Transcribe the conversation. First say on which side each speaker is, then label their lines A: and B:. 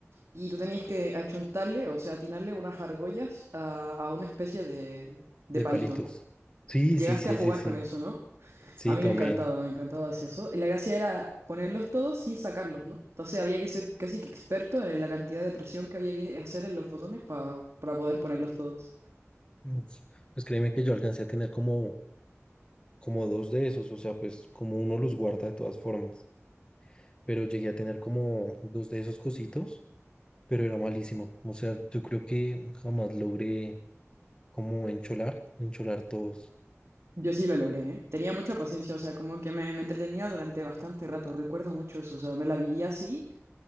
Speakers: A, on the right; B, on the left.
A: y tú tenías que achuntarle, o sea, atinarle unas argollas a, a una especie de, de
B: de
A: palito.
B: palitos. Sí,
A: Llegaste
B: sí, sí,
A: a jugar
B: sí, sí.
A: con eso, ¿no?
B: Sí,
A: A mí
B: también.
A: me encantaba, me encantaba hacer eso. La gracia era ponerlos todos sin sacarlos, ¿no? Entonces había que ser casi que experto en la cantidad de presión que había que hacer en los botones pa- para poder ponerlos todos.
B: Pues, pues créeme que yo alcancé a tener como, como dos de esos, o sea, pues como uno los guarda de todas formas. Pero llegué a tener como dos de esos cositos, pero era malísimo. O sea, yo creo que jamás logré como encholar, encholar todos.
A: Yo sí lo logré, ¿eh? Tenía mucha paciencia, o sea, como que me, me entretenía durante bastante rato, recuerdo mucho eso, o sea, me la vivía así